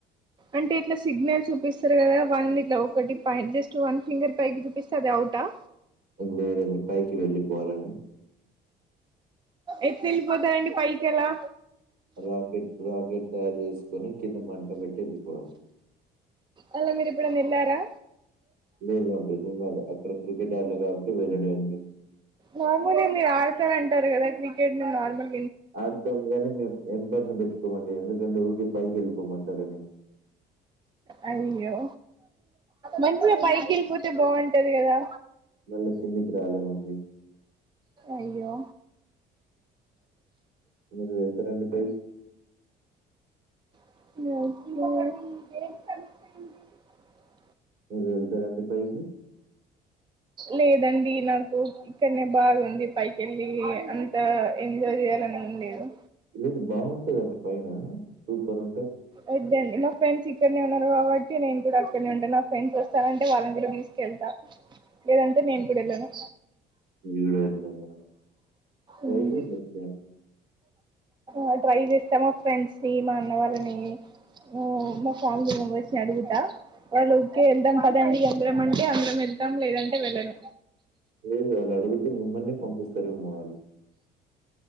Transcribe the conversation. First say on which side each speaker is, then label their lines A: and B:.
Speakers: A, on the right (about 25°); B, on the right (about 65°).
A: అంటే ఇట్లా సిగ్నల్ చూపిస్తారు కదా వన్ ఇట్లా ఒకటి పై జస్ట్ వన్ ఫింగర్ పైకి చూపిస్తే అది అవ్ ట
B: లేదండి పైకి వెళ్ళిపోవాలని
A: ఎట్లా వెళ్ళిపోతారండి పైకి అలా
B: రాకెట్ రాకెట్ తయారు చేసుకొని కింద మంట పెట్టి వెళ్ళిపోవాలి
A: అలా మీరు ఎప్పుడన్న ఎల్లారా
B: లేదండి నేను అక్కడ క్రికెట్ ఆడలే కాబట్టి వెళ్ళలేండి
A: నార్మలీ మీరు ఆడుతారంటారు కదా క్రికెట్ నార్మల్
B: ఆడుతాం కానీ మీమ్ ఎంపెయిర్ను పెట్ కొమండి ఎందుకంటే ఊకే పైకి వెళ్ళిపోమంటారని
A: అయ్యో మంచిగా పైకి వెళ్ళిపోతే బాగుంటది కదా
B: మళ్ళా కిందికి రాలేమండి
A: అయ్యో
B: మీరు వెళ్తారా అండి పై
A: <unintelligible>
B: <unintelligible> పైకి?
A: లేదండి నాకు ఇక్కడనే బాగుంది పైకి వెళ్ళి అంత ఎంజాయ్ చేయాలని ఏం లేదు
B: లేదు బాగుంటదండి పైన సూపరు
A: వద్దండీ మా ఫ్రెండ్స్ ఇక్కడనే ఉన్నారు కాబట్టి నేను కూడా అక్కడనే ఉంటా నా ఫ్రెండ్స్ వస్తానంటే వాళ్ళని గూడా తీసుకెళ్తా లేదంటే నేను కూడా వెళ్ళను
B: <unintelligible> ట్రై
A: మ్మ్.
B: చేయండి ఇప్పుడైనా
A: ఆ ట్రై చేస్తా మా ఫ్రెండ్స్ ని మా అన్న వాళ్ళని ఉ మా ఫ్యామిలీ మెంబర్స్ ని అడుగుతా వాళ్ళ ఓకే వెళ్దాం పదండి అందరం అంటే అందరం వెళ్తాం లేదా ంటే వెళ్ళను
B: లేదు వాళ్లు అడుగుతే మిమ్మల్ని పంపిస్తారు ఏమో